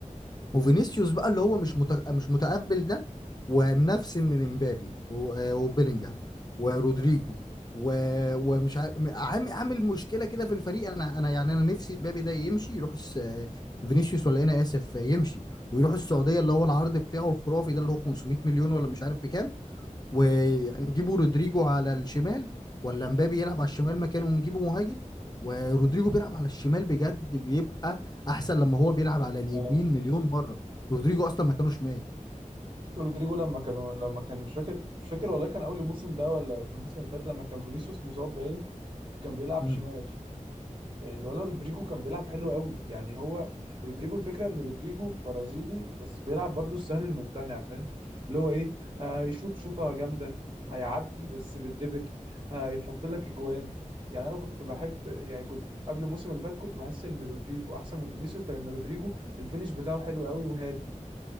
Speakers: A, on the left (about 30°); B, on the right (about 40°).
A: وفينيسيوس بقى اللي هو مش مت... مش متقبل ده ومنفسن من امبابي و- آه، وبيلينجهام ورودريجو و... ومش ع... عامل عامل مشكله كده في الفريق انا انا يعني انا نفسي امبابي ده يمشي يروح الس... آه، فينيسيوس ولا إيه؟ انا اسف آه، يمشي ويروح السعوديه اللي هو العرض بتاعه الخرافي ده اللي هو 500 مليون ولا مش عارف بكام ويعني
B: امم
A: نجيبوا رودريجو على الشمال ولا مبابي يلعب على الشمال مكانه ونجيبه مهاجم ورودريجو بيلعب على الشمال بجد بيبقى احسن لما هو بيلعب على اليمين
B: اه
A: مليون مرة رودريجو اصلا مكانه شمال
B: رودريجو لما كانوا لما كان مش فاكر مش فاكر والله كان اول الموسم ده ولا في الموسم اللي فات لما كان فينيسيوس مصاب باين كان بيلعب
A: مم.
B: شمال الولا رودريجو كان بيلعب حلو قوي يعني هو رودريجو الفكره ان رودريجو برازيلي بس بيلعب برضو السهل الممتنع فاهم اللي هو ايه هيشوط شوطه جامده هيعدي بس بدريبل هيحط لك اجوان يعني انا كنت بحب يعني كنت قبل الموسم اللي فات كنت بحس ان رودريجو احسن من فينيسيوس لان رودريجو الفينش بتاعه حلو قوي وهادي